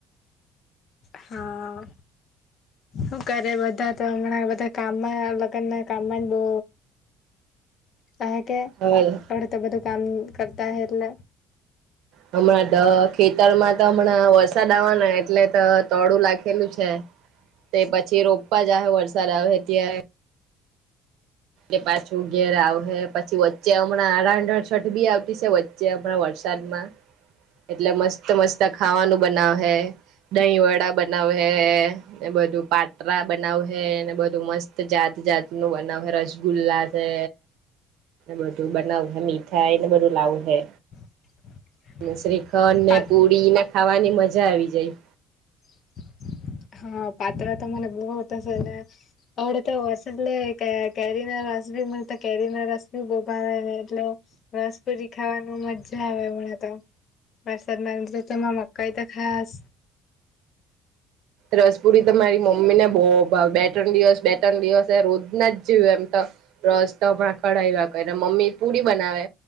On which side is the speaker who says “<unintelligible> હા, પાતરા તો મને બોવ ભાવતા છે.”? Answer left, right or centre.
Left